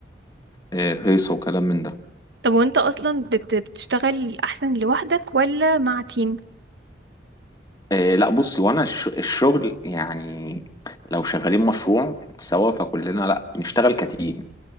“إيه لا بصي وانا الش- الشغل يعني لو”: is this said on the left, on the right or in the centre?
Left